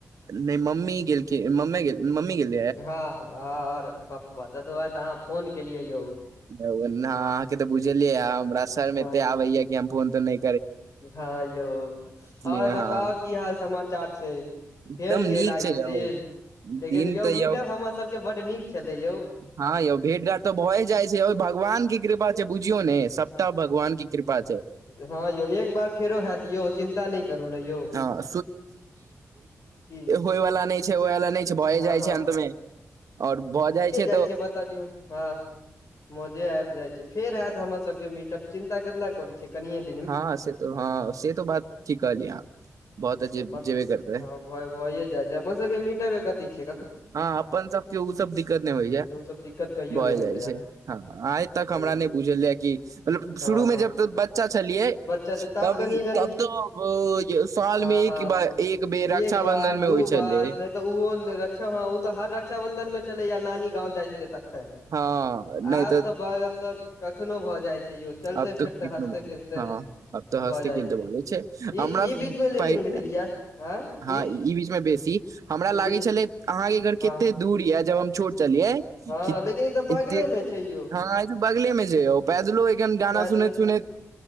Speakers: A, on the right (about 75°); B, on the left (about 65°).
A: नै मम्मी गेलकी ममै गेल मम्मी गेल
B: हँ और पप्पा तै दुआरे तऽ अहाँ फोन केलियै यौ
A: अहाँ केँ तऽ बुझले ये हमरा शर्म
B: हँ
A: एते आबैये कि हम फोन तोन नै
B: हँ यौ और
A: मे
B: बताउ
A: हँ
B: की हाल समाचार छैय केहेन
A: एकदम
B: गेल
A: नीक
B: आइ
A: छै
B: केँ
A: यौ
B: दिन <inaudible> लेकिन
A: दिन
B: यौ
A: तऽ
B: मिटब हमरा सब केँ बड्ड नीक छलै यौ
A: हँ यौ भेंट आर तऽ भए जाइ छैय ओइ भगवान केँ कृपा छैय बुझियौ ने सबटा भगवान केँ कृपा छैय
B: हाँ यौ फेरो हैत यौ चिन्ता नै करू ने यौ
A: हँ
B: <inaudible>
A: होयवला नै छैय होयवला नै छैय भए
B: हँ
A: जाय
B: हँ
A: छैय अन्त में और भऽ जाय छैय
B: से बतबियौ ह <inaudible> मजे आबि जाय छैय फेर हैत हमरा सब केँ मि तब चिन्ता कथिले करै छी कनिके
A: हँ हँ से त हँ से त बात ठीक कहलियै अहाँ बहुत अजीब
B: अपन
A: जेबे करतै
B: हँ यौ भऽए जाय छैय अपन सबके मीटर मे कथी छैय
A: हँ अपन सबके ओ सब दिक्कत नहि होय छै
B: ओ सब दिक्कत कहियो
A: भऽए
B: नहि
A: जाय
B: भेलैया
A: छैय हँ आइ तक
B: हूं
A: हमरा नहि बुझेल ये कि
B: हँ
A: शुरू मे
B: हँ
A: जब बच्चा छलियै
B: बच्चा छै
A: तब
B: कनि कनि
A: तब त ओय साल
B: हँ
A: मे एक
B: हँ
A: ही बार एक बेर रक्षााबंधन
B: एक बार
A: मे
B: दू
A: होय छलैय
B: बार नहि तऽ ओ रक्षा हँ ओ तऽ हर रक्षाबंधन मे छलैये नानी गाँव जाय छलैय तखैन
A: हँ नहि
B: आब तऽ बाजब तऽ कखनो भऽ जाय छै यौ चलते
A: आब तऽ
B: फिरते
A: की कहू
B: हँसते खिसते
A: हँ आब तऽ
B: भऽ
A: हसिते
B: जाइ
A: खेलते
B: छै
A: भऽ जाय छैय
B: ई
A: हमरा
B: ई बीच मे लेकिन
A: पाइ
B: भेल या आँय
A: हँ
B: की
A: ई बीच मे बेसी हमरा लागै
B: ई बीच
A: छल अहाँके घर
B: हँ
A: कतेक दूर य जब हम छोट छलियै
B: हँ
A: कि
B: लेकिन ई तऽ बगलेमे
A: एते
B: छै यौ
A: हँ इ त बगले मे छै यौ पैदलो एखन गाना
B: पैदल
A: सुनैत सुनैत